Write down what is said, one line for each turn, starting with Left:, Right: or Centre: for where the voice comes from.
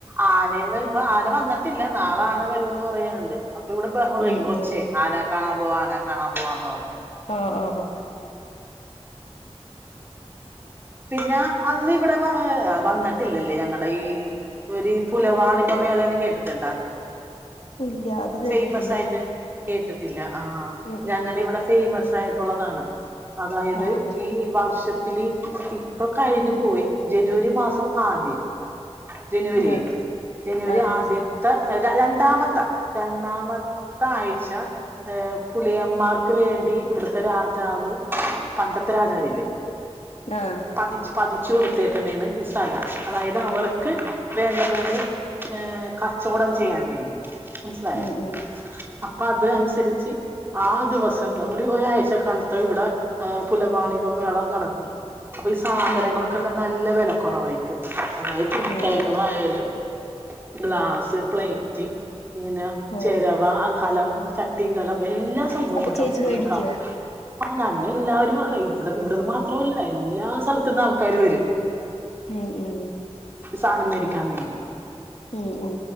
Right: ആനന്ന്. ഇപ്പൊ ആന വന്നിട്ടില്ല നാളെ ആന വരവൊന്ന് പറയാനുണ്ട് അപ്പൊ ഇവിടെ ബഹ്ളയും
Left: ഉം
Right: കൊച്ചേ
Left: ഉം
Right: ആനെ കാണാൻ പോവാ ആനെ കാണാൻ പോവാന്ന് പറഞ്ഞേ.
Left: ഓ ഓ ഹൊ
Right: പിന്നെ അന്ന് ഇവിടെ വ ആഹ് വന്നിട്ടില്ലല്ലേ ഞങ്ങളുടെ ഈ ഒരു പുലവാണിപ മേളന്ന് കേട്ടിട്ടുണ്ടാ.
Left: ഇല്ല്യ അത് കേട്ടിട്ടില്ല.
Right: ഫേമസ് ആയിട്ട് കേട്ടിട്ടില്ല ആഹ
Left: ഉം
Right: ഞങ്ങടെ
Left: ഉം
Right: ഇവിടെ ഫേമസ് ആയിട്ടുള്ളതാണ്. അതായത്
Left: ആഹ്
Right: ഈ വർഷത്തില് ഇപ്പൊ കഴിഞ്ഞു പോയി ജനുവരി മാസം. ആദ്യം ജനുവരിയെ
Left: ആഹ്
Right: ജനുവരി
Left: ആഹ്
Right: ആദ്യം. <unintelligible> രണ്ടാമത്തെ രണ്ടാമത്തെ ആഴ്ച. <unintelligible> പുലിയമാർക്ക് വേണ്ടി ത്തെ രാജാവ് പണ്ടത്തെ രാജാവില്ലേ.
Left: ആ
Right: പതി പതിച്ചു കൊടുത്തേക്കുന്നെയാണ് ഈ സ്ഥലം അതായത് അവർക്ക്
Left: ഉം
Right: വേണ്ട പോലെ. ഏ കച്ചോടം ചെയ്യാൻ വേണ്ടി. മനസ്സിലായ
Left: ഉം ഉം.
Right: അപ്പൊ അത് അനുസരിച്ച്. ആ ദിവസം ഒരു ഒരാഴ്ച കാലത്ത് ഇവിടെ പുലപാണിപ മേളം നടക്കും. അപ്പൊ ഈ സാധനങ്ങളൾക്കെല്ലാം
Left: ഉം
Right: നല്ല വില കുറവായിരിക്കും അതായത് തുണിത്തരങ്ങളയാലും.
Left: ആഹ് ആഹ്
Right: ഗ്ലാസ് പ്ലേറ്റ് ഇങ്ങനെ
Left: ഓ
Right: ചെരവ കലം ചട്ടി കുട്ടീങ്കലം എല്ലാ സംഭവം
Left: അപ്പൊ
Right: ഉണ്ടാവും
Left: ചേച്ചി വേടിക്കോ
Right: നമുക്കാ. ആ അങ്ങ എല്ലാവരും ഇവിടെ ഇവിടെന്ന് മാത്രമല്ല എല്ലാ സ്ഥലത്തനിന്ന് ആൾക്കാാര വരും.
Left: ഉം ഉം
Right: സാനം മേടിക്കാൻ വേണ്ടി.
Left: ഉം ഉം.